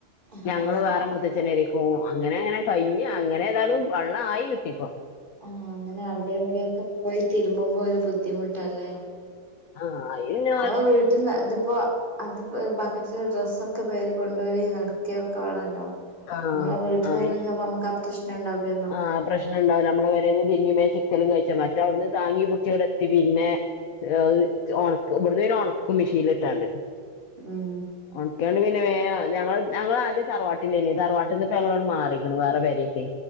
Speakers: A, on the right (about 30°); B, on the left (about 65°).
A: ആഹ്
B: ഞങ്ങള്
A: ആഹ്
B: വേറെ മൂത്തച്ന്റെ പേരെക്ക് പൊ പോവും. അങ്ങനെ അങ്ങനെ കഴിഞ് അങ്ങനെ ഏതായാലും വെള്ളം ആയി കിട്ടിപ്പോ
A: ആഹ് അങ്ങനെ അവിടെ ഇവിടെക്കെ പോയി തിരുമ്പുമ്പോ ഒരു ബുദ്ധിമുട്ടല്ലേ
B: ആഹ് ആ
A: നമ്മളെ വീട്ടിൽന്ന് ഇതിപ്പോ അത് ബക്കറ്റില് ഡ്രസ്സൊക്കെ പേറി കൊണ്ടുപോയി നടക്ക ഒക്കെ വേണമല്ലോ
B: ആഹ്
A: നമ്മളെ വീട്ടിൽ
B: അയി
A: നിന്ന്തന്നെ ആണേ നമുക്ക് ആ പ്രശ്നം ഉണ്ടാവില്ലല്ലോ
B: ആഹ് പ്രശ്നണ്ടാവൂല നമ്മളെ പേരെന്ന് തിരുമ്പി വേം ചിക്കലും കഴിച്ച, മറ്റേ അവിടുന്ന് താങ്ങി പിടിച്ചിവിടെ എത്തി. പിന്നെ അത് ഉണക്കും ഇവിടന്ന് പിന്നെ ഉണക്കും മെഷീനൽ ഇട്ടാണ്ട്
A: ഉം
B: ഉണക്കിയാണ്ട് പിന്നെ വേ ഞങ്ങ ഞങ്ങള് ആദ്യം തറവാട്ടിലേനി തറവാട്ട ന്നട്ട് ഞങ്ങളോട് മാറിക്ണ് വേറെ പേരെയ്ക്കെ